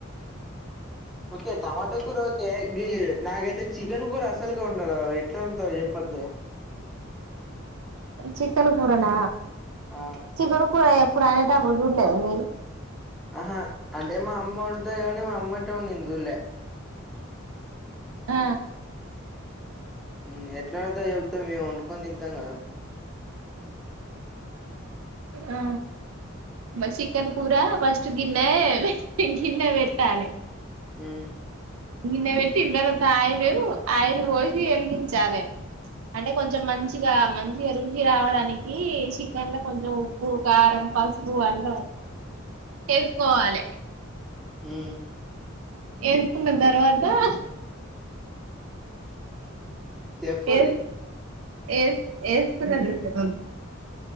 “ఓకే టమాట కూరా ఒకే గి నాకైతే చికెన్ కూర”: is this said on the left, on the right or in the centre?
Centre